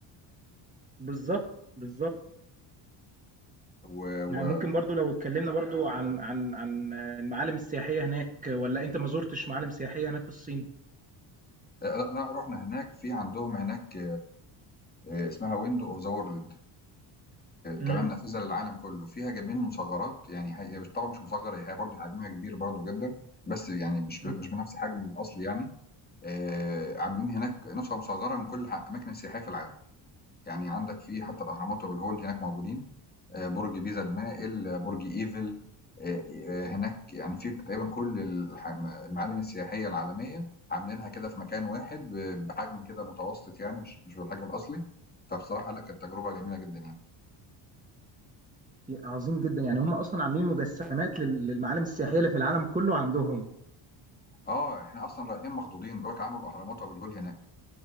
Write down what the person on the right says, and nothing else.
بالظبط بالظبط
يعني
ممكن برضو لو اتكلمنا برضو عن عن عن المعالم السياحية هناك ولا انت ما زرتش معالم سياحية هناك في الصين
امم
أمم.
عظيم جدا يعني هم اصلا عاملين مجسمات لل- للمعالم السياحية اللي في العالم كله عندهم